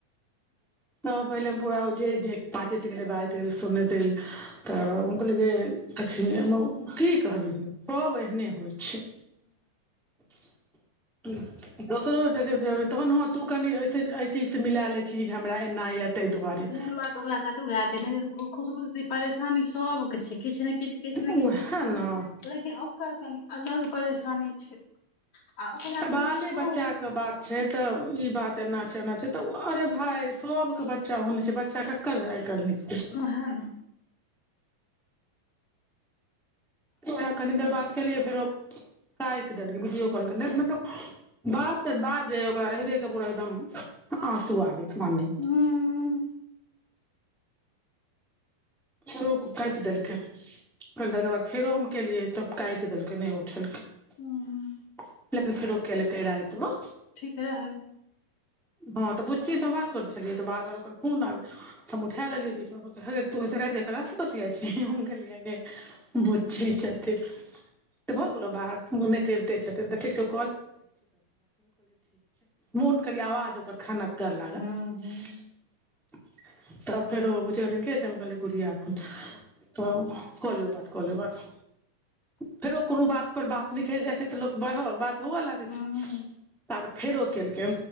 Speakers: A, in the centre; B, on the left (about 50°).
A: <unintelligible> तखिन म की कहबी पब एहने होइ छै <unintelligible> दोसरो जगह जेबै एना यय तऽ इ दुआरे
B: मेन बात ओकरा साथे उएह छै नहि खुशबू दीदी परेशानी सबके छै किछु ने किछु
A: उएह ने
B: अलग परेशानी छै आ ओकरा
A: त बाले
B: किछो
A: बच्चाे बात छै तऽ ई बात एना छै ओना छै तऽ अरे भाय सभके बच्चा होन छै बच्चा ककर आइकाल्हि न
B: <inaudible>
A: ह कनी देर बात कलियै फेरो क एकडके वीडियो कॉल करने मतलब <unintelligible> बाद त बाद जे ओकरा ररे के पूरा एकदम आँसू आबै पान
B: हूँ
A: फेरो काटि देलकै फ त बाद फेरो हम केलियै तब काटि देलकै नहि उठेलकै
B: हूँ
A: लक ख ओके ल कैरा आयत म
B: ठीक रहै
A: हँ तऽ बुच्चीसँ बात करै छलियै तऽ बार बार ओकर खून आब हम उठा ल लेलैचे र कास से बतििया छै हम कहलि आगे ब्ची छथि तऽ भऽ गेलौ बाहर नहि करिते छथिन तऽ ठीक छौ मोन करी आवाज ओकर खनक कर लागत
B: हूँ हूँ
A: तऽ फेर बुझ करथिन कि कहै गुरी आर फु तऽ क लियौ बात क लियौ बात फेरो कोनो बात परर बात निकल जाइत छै तऽ लोक बढ़ बात ह लाग
B: हूँ
A: छै तब फेरो केलकै